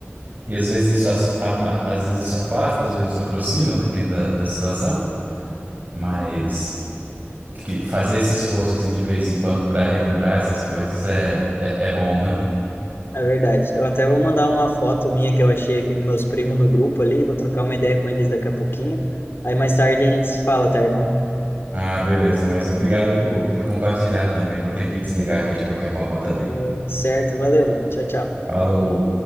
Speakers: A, on the right; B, on the left.
A: e às vezes isso, as- ama- às vezes isso afasta, às vezes isso aproxima, depende da, da situação, mas que- fazer esse esforço assim de vez em quando para relembrar essas coisas é, é, é bom, né?
B: É verdade. Eu até vou mandar uma foto minha que eu achei aqui com meus primos no grupo ali. Vou trocar uma ideia com eles daqui a pouquinho. Aí mais tarde a gente se fala, tá, irmão?
A: Ah, beleza, mas obrigado aí por, por compartilhar também. Vou ter que desligar aqui de qualquer forma também.
B: Tudo Certo, valeu, mano. Tchau, tchau.
A: Falou!